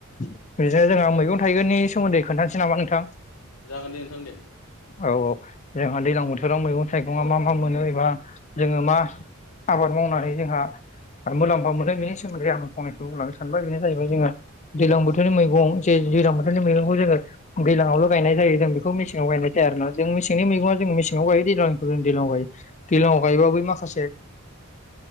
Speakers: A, on the left (about 35°); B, on the left (about 75°).
A: इदिनो जोंहा मैगं थाइगंनि सोमोन्दै खोन्थानोसै नामा नोंथां।
B: जागोन दे नोंथां दे।
A: औ औ जोंहा दैज्लां बोथोराव मैगं थाइगंआ मा मा मोनो एबा जोङो मा आबाद मावनानै जोंहा मुलाम्फा मोनदों बेनि सोमोन्दै आं फंनैसो बुं लांनो सानबाय बे जाहैबाय जोङो दैज्लां बोथोरनि मैगं जे दैजलां बोथोरनि मैगंखौ जोङो दैज्लाङावल' गायनाय जायो जों बेखौ मेसेङाव गायनाय जाया आरोना जों मेसेंनि मैगङा जों मेसेनाव गायो दैजां <unintelligible> दैलङआव गायो दैलङआव गायबा बै माखासे